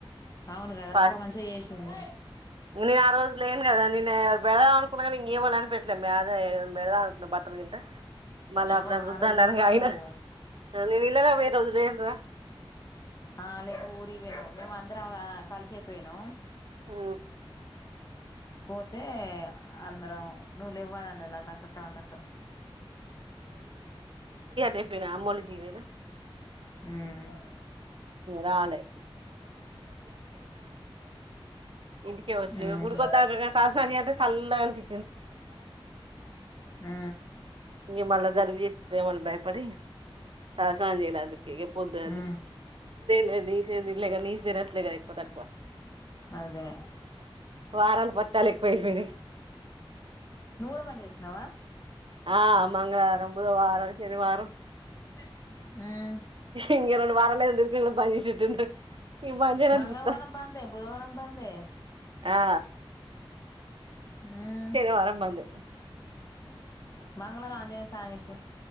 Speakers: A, on the left (about 40°); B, on the right (about 65°).
A: అవును కదా
B: పా
A: అక్క మంచిగా చేసింది
B: నే ఆ రోజు లేను గదా నినాయప్ వెెళలనుకుగని ఇంగేమన్నని పెట్లే, బ్యాదే అదే బెల ను బట్టలుగింటా, మళ్ల
A: ఓహో
B: అపుడు నేన్
A: ఆ
B: రుద్దాలని
A: రోజు లేవ్వా
B: గయిన
A: నువ్వు
B: అ నేన్ నిన్ననే వొ ఈ రోజ్ లేండ్రా.
A: అ లెవ్ ఊరి యం మేము అందరం, ఆ కలిషేపెయినం.
B: ఆ
A: పోతే అందరం నువ్ లెవ్వననల్ లతక్క, స్రవంతక్క.
B: లెప్పినా అమ్మోలింటికివైన.
A: ఊమ్
B: రాలే ఇంటికేవచ్చినిగ,
A: ఉహు
B: గుడికొద్దామనుకున్న తలసానము జెయొద్దు. హల్లో ఎవ్రి
A: ఊ
B: ఇగ మళ్ల జలుబు జెస్తదేమో అని బయపడి తలసానం జేయలే అందుకె ఇగ పొద్దన్
A: ఉమ్
B: లేద్ నీసెం దిన్లే గని నీస్ దినట్లే గద ఎక్కువ తక్కువ.
A: అదే
B: వారాలు పత్తాలు ఎక్కువై పయినయ్
A: నువ్వు కూడా పని చేసినావా
B: ఆ మంగళవారం బుధవారం శనివారం
A: ఆ
B: ఇం రెండు వారాలే గట్టిగా ఈ పని చేసేద్ ఇంకా పని చేయనని
A: మంగళవారం
B: జెప్తా
A: బందే బుధవారం బందే
B: ఆ
A: ఉమ్
B: శనివారం బందు
A: మంగళారం అంజేసామీకీ